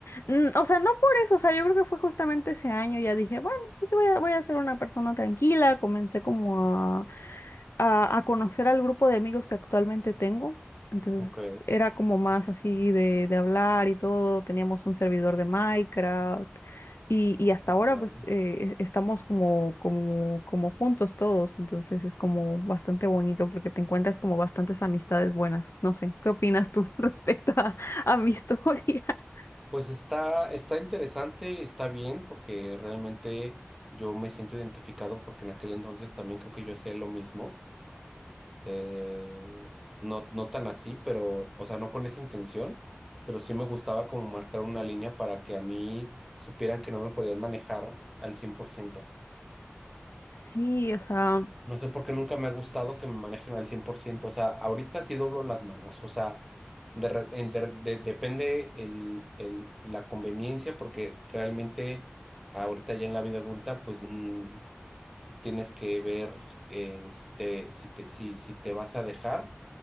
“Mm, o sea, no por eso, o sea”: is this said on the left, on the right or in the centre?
Left